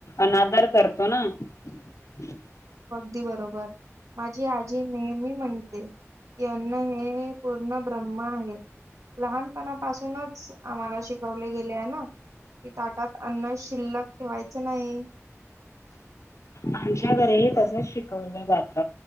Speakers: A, on the left (about 65°); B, on the right (about 85°).
A: अनादर करतो ना? ह <unintelligible>
B: दी बरोबर. बरं माझी आजी.. नेहमी म्हणते की अन्न हे पूर्ण ब्रह्म आहे. लहानपणापासूनच आम्हाला शिकवले गेले आहे ना कि ताटात अन्न शिल्लक ठेवायच नाही.
A: आमच्या घरीही तसच शिकवलं जात.